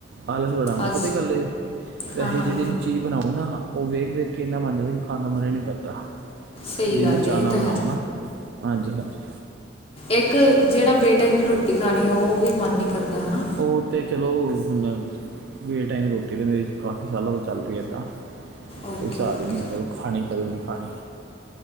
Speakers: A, on the right (about 60°); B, on the left (about 30°).
A: ਆਲਸ ਬੜਾ ਆੁੰਦਾ,
B: ਅੱਜ
A: ਪਤਾ ਹੀ ਗੱਲ ਇਹ ਵੈਸੇ,
B: ਹਾਂ ਹਾਂ
A: ਜਿਹੜੀ ਵੀ ਚੀਜ਼ ਬਣਾਉ ਨਾ। ਉਹ ਵੇਖ- ਵੇਖ ਕੇ ਇੰਨਾ ਮੰਨ ਜਾਂਦਾ ਕਿ, ਖਾਣ ਦਾ ਮਨ ਹੀ ਨਹੀਂ ਕਰਦਾ,
B: ਸਹੀ
A: ਜਿਹਨੇ
B: ਗੱਲ
A: ਚਾਅ
B: ਏ, ਇਹ
A: ਨਾ
B: ਤਾਂ
A: ਬਣਾਉ
B: ਹੈ
A: ਨਾ। ਹਾਂਜੀ -ਹਾਂਜੀ
B: ਇੱਕ ਜਿਹੜਾ ਬੇਟਾਈ ਮ ਰੋਟੀ ਖਾਣੀ, ਉਹ ਵੀ ਮਨ ਨਹੀਂ ਕਰਦਾ ਹਨਾ।
A: ਉਹ ਤਾਂ ਚਲੋ, ਹੁਣ ਬੇਟਾਈਮ ਰੋਟੀ ਵੀ ਮੇਰੀ ਕਾਫੀ ਸਾਲਾਂ ਤੋ ਚੱਲ ਰਹੀ ਹੈ, ਇੱਦਾਂ
B: ਓਕੇ
A: ਕੋਈ ਹਿਸਾਬ
B: ਓਕੇ
A: ਵੀ ਨਹੀਂ ਹੈ, ਕਦੋਂ ਖਾਨੀ, ਕਦੋਂ ਨਹੀਂ ਖਾਨੀ